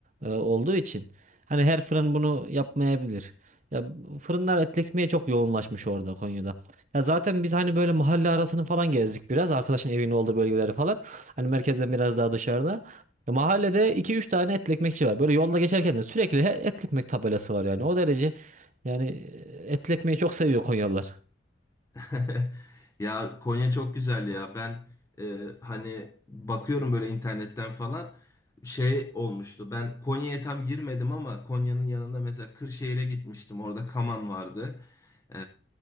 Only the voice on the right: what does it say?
e, olduğu için hani her fırın bunu yapmayabilir. Ya fırınlar etli ekmeğe çok yoğunlaşmış orada Konya'da. Ya zaten biz hani böyle mahalle arasını falan gezdik biraz arkadaşın evinin olduğu bölgeleri falan. Hani merkezden biraz daha dışarıda. Ya Mahallede iki üç tane etli ekmekçi var. Böyle yolda geçerken de sürekli he- etli ekmek tabelası var yani. O derece yani e, etli ekmeği çok seviyor Konyalılar.